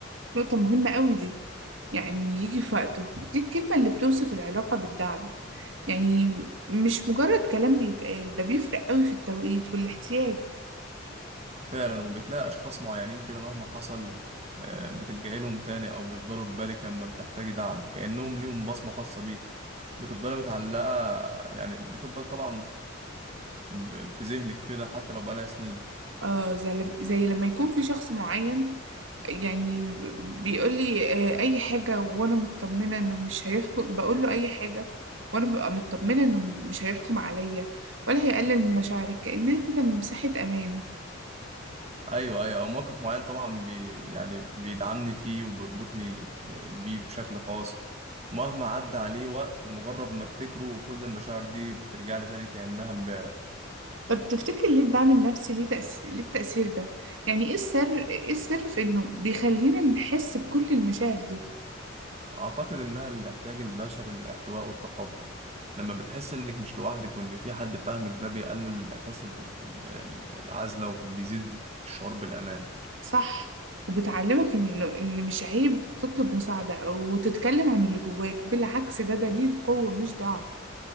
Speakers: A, on the right (about 65°); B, on the right (about 30°).
A: نقطة مهمة قوي دي يعني يجي في وقته دي الكلمة اللي بتوصف العلاقة بالدعم يعني مش مجرد كلام بيتقال ده بيفرق قوي في التوقيت والاحتياج
B: فعلا وبتلاقي أشخاص معينين كده مهما حصل آه، بتلجأي لهم تاني أو بيفضلوا في بالك لما بتحتاجي دعم كأنهم ليهم بصمة خاصة بيك بتفضلي متعلقة يعني بتفضل طبعا ب- في ذهنك كده حتى لو بقالها سنين
A: اه زي زي لما يكون في شخص معين يعني بيقول لي آه، اي حاجة وانا مطمنة انه مش هيحكم بقول له اي حاجة وانا ببقى مطمنة انه مش هيحكم عليا ولا هيقلل من مشاعري كأنها كده مساحة امان
B: أيوه أيوه أو موقف معين طبعا بي يعني بيدعمني فيه وبيربطني آه، بيه بشكل خاص مهما عدى عليه وقت مجرد ما أفتكره كل المشاعر دي بترجع لي تاني كأنها امبارح
A: طب تفتكر ليه الدعم النفسي ليه تأثير ليه التأثير ده يعني ايه السر ايه السر في انه بيخلينا نحس بكل المشاعر دي
B: أعتقد إنها الاحتياج البشري للاحتواء والتقبل لما بتحس إنك مش لوحدك وإن في حد فاهمك ده بيقلل من إحساس ال- ال- ال- العزلة وبيزيد الشعور بالأمان
A: صح وبتعلمك إنه إن مش عيب تطلب مساعدة أو تتكلم عن اللي جواك بالعكس ده دليل قوة مش ضعف